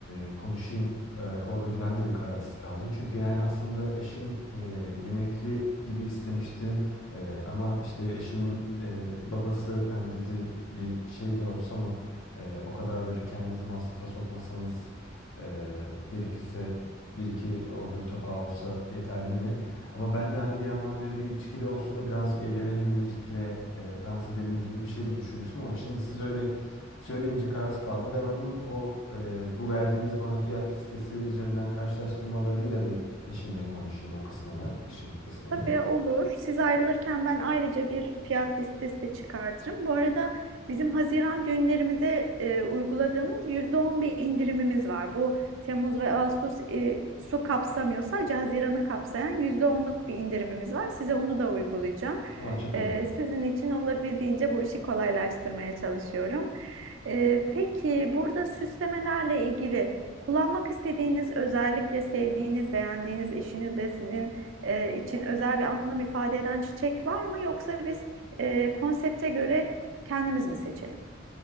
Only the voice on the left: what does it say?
e, konuşayım. E, orada bir ben de bir kararsız kaldım. Çünkü yani aslında eşim e, yemekli gibi istemişti. E, ama işte eşimin e, babası hani dedi bir şey de olsa ama e, o kadar böyle kendinizi masrafa sokmasanız e, gerekirse bir iki ordur tabağı olsa yeterli mi? Ama ben de hani bir yandan böyle bir içkili olsun da birazcık eğlenelim müzikle, e, dans edelim gibi bir şey de düşünmüştüm ama şimdi siz öyle söyleyince kararsız kaldım. Ben onun o e, bu verdiğiniz bana fiyat listesi üzerinden karşılaştırmalarıyla bir eşimle konuşayım o kısmını, işin bu kısmını.
Aa çok
iyi.